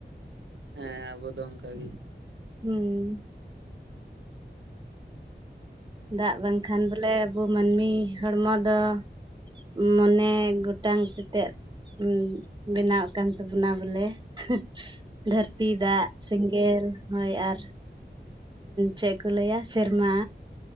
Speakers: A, on the right (about 80°); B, on the right (about 25°).
A: ᱦᱮᱸ ᱟᱵᱚ ᱫᱚ ᱚᱱᱠᱟ ᱜᱮ᱾
B: ᱦᱩᱸ᱾ ᱫᱟᱜ ᱵᱟᱝ ᱠᱷᱟᱱ ᱵᱚᱞᱮ ᱟᱹᱵᱩ ᱢᱟᱹᱱᱢᱤ ᱦᱚᱲᱢᱚ ᱫᱚ ᱩᱢ ᱢᱚᱱᱮ ᱜᱚᱴᱟᱝ ᱛᱮᱛᱮᱫ ᱩᱸ ᱵᱮᱱᱟᱣ ᱠᱟᱱ ᱛᱟᱹᱵᱩᱱᱟ ᱵᱚᱞᱮ᱾ ᱦᱩᱸᱜ ᱫᱷᱟᱹᱨᱛᱤ ᱫᱟᱜ ᱥᱮᱜ ᱜᱮᱞ ᱦᱳᱭ ᱟᱨ ᱪᱮᱫ ᱠᱚ ᱞᱟᱹᱭᱟ ᱥᱮᱨᱢᱟ,